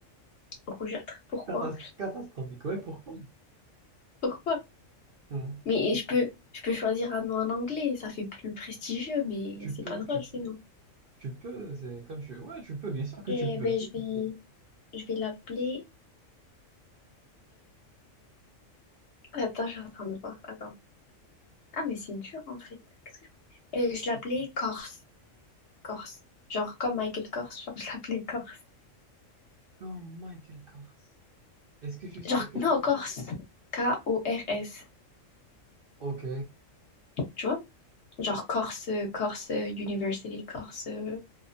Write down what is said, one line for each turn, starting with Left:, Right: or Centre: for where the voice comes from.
Left: Rougeâtre. Pourquoi?
Right: Catas- catastrophique. Ouais, pourquoi?
Left: Pourquoi?
Right: Hein.
Left: Mais je peux, je peux choisir un nom en anglais. Ça fait plus prestigieux, mais
Right: Tu
Left: c'est
Right: peux,
Left: pas drôle,
Right: tu peux,
Left: c'est non.
Right: tu peux. C'est comme tu. Ouais, tu peux. Bien sûr que
Left: Eh
Right: tu peux.
Left: ben, je vais, je vais l'appeler. Attends, je suis en train de voir. Attends. Ah, mais c'est dur en fait. Qu'est-ce que je... Euh, je l'appelais Corse. Corse. Genre comme Michael Corse, genre je l'appelais Corse.
Right: Comme Michael Kors. Est-ce que tu sais
Left: Genre,
Right: que.
Left: non, Corse. K-O-R-S.
Right: Ok.
Left: Tu vois? Genre Corse, euh, Corse euh, University, Corse. euh,